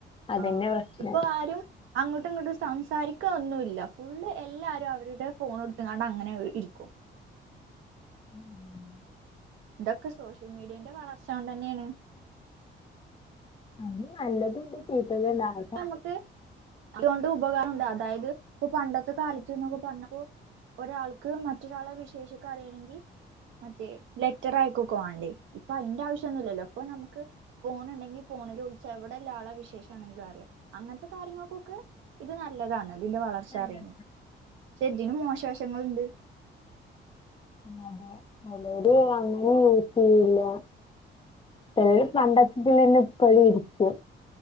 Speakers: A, on the left; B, on the right.
A: അതന്നെ
B: ആഹ്
A: പ്രശ്നം
B: ഇപ്പൊ ആരും അങ്ങൊട്ടു ഇങ്ങൊട്ടു സംസാരിക്ക്ന്നുല്ല ഫുള്ള് എല്ലാരും അവരുടെ ഫോണ് ഇട്ത്ത്കാണ്ട് അങ്ങനെ ഒര് ഇരിക്കും
A: ഉഉം
B: തൊക്കെ സോഷ്യൽ മീഡിയന്റെ വളർച്ച കൊണ്ടെന്യായാണ്
A: അത് നല്ലതണ്ട് ചീത്തതുണ്ടാവും
B: പ്പ അമക്ക് അതൊണ്ട് ഉപകാരംണ്ട് അതായത് ഇപ്പൊ പണ്ടത്തെ കാലത്ത്ന്നൊക്കെ പർഞ്ഞപോ ഒരാൾക്ക് മറ്റൊരാളെ വിശേഷൊക്ക അറിയണെങ്കി മറ്റേ ലെറ്ററയ്ക്കോക്ക വാണ്ടേ ഇപ്പ അയ്ന്റെ ആവശ്യന്നുല്ലല്ലോ ഇപ്പ ന്നമ്ക്ക് ഫോണ് ണ്ടെങ്കി ഫോണ്ല് വിളിച്ച് എവിടെള്ള ആളെ വിശേഷാണെങ്കിലും അ റിയ അങ്ങൻത്ത കാര്യങ്ങൾക്കൊക്കെ ഇത് നല്ലതാണ് ഇതിന്റെ വളർ ചറിണ്
A: അതെ
B: ക്ഷേ ദിനും മോശവശങ്ങള്ണ്ട്
A: അതെ അതേടീ അങ്ങ് ഓയ്ട്ടേയില്ല ചെലോല് പണ്ടത്ത്ൻ്റെ പേര്ല് ഇപ്പഴും ഇട്ക്കും